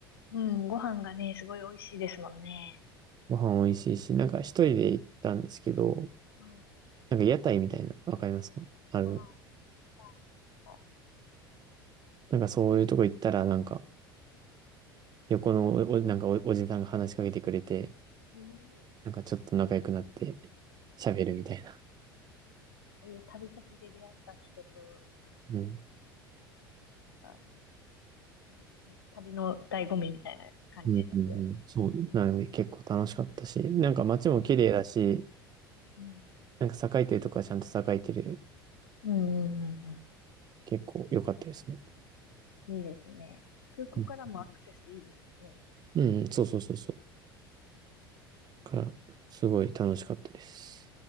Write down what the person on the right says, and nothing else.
ご飯美味しいし、なんか一人で行ったんですけど、
なんか屋台みたいな、わかりますかあの、
なんかそういうとこ行ったら、なんか横のお、おなんかお、おじさんが話しかけてくれて、
なんかちょっと仲良くなって喋るみたいな。
うん。
うんうんうん。そう。なんで結構楽しかったし、なんか街も綺麗だし、
なんか栄えてるとかちゃんと栄えてる、
結構良かったですね。
うん、うんうん、そうそうそうそう。
から、すごい楽しかったです。